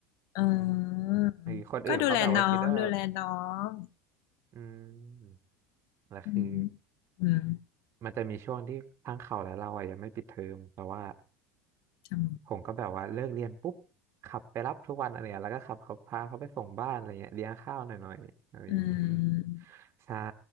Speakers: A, on the left; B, on the right.
A: เออ
B: ไอ้คนอื่นเขาแบบว่าคิดว่าแบบ
A: ก็ดูแลน้องดูแลน้อง
B: อืมแล้วคือ
A: อืมอืม
B: มันจะมีช่วงที่ทั้งเขาและเราอะยังไม่ปิดเทอมแต่ว่า
A: ท
B: ผมก็แบบว่าเลิกเรียนปุ๊บขับไปรับทุกวันอะไรเงี้ยแล้วก็ขับเขาพาเขาไปส่งบ้านอะไรเงี้ยเลี้ยงข้าวหน่อยหน่อยอะไรอย่างนี้
A: ำอืม
B: ใช่